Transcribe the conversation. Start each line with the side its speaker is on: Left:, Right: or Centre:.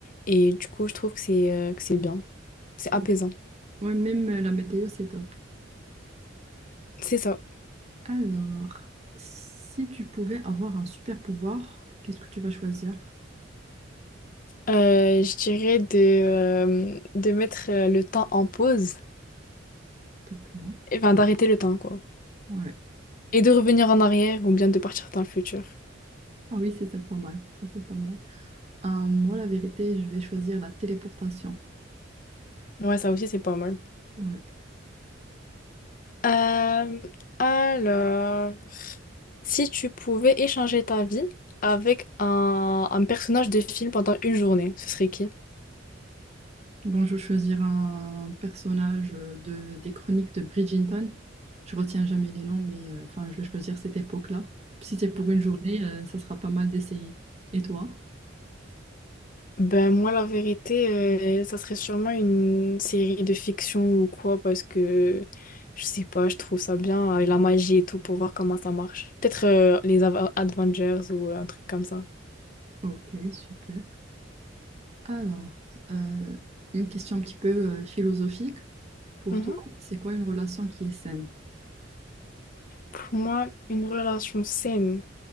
Left: Et du coup, je trouve que c'est euh, que c'est bien, c'est
Right: Ouais.
Left: apaisant.
Right: Ouais, même euh, la météo, c'est top.
Left: C'est ça.
Right: Alors, si tu pouvais avoir un super pouvoir, qu'est-ce que tu vas choisir?
Left: Euh, je dirais de, euh, de mettre euh, le temps en pause,
Right: D'accord.
Left: enfin d'arrêter le temps quoi.
Right: Ouais.
Left: Et de revenir en arrière ou bien de partir dans le futur.
Right: Ah oui, c'était pas mal. C'était pas mal. Euh, moi, la vérité, je vais choisir la téléportation.
Left: Ouais, ça aussi c'est pas mal.
Right: Ouais.
Left: Euh, alors, si tu pouvais échanger ta vie avec un, un personnage de film pendant une journée, ce serait qui?
Right: Bon, je vais choisir un personnage euh, de, des chroniques de Bridgerton. Je retiens jamais les noms, mais euh, enfin, je vais choisir cette époque-là. Si c'est pour une journée, euh, ça sera pas mal d'essayer. Et toi?
Left: Ben moi, la vérité, euh, ça serait sûrement une série de fiction ou quoi, parce que je sais pas, je trouve ça bien, avec la magie et tout, pour voir comment ça marche. Peut-être euh, les Ava- Avengers ou euh, un truc comme ça.
Right: Ok, super. Alors, euh, une question un petit peu euh, philosophique. Pour
Left: Mhm.
Right: toi, c'est quoi une relation qui est saine?
Left: Pour moi, une relation saine.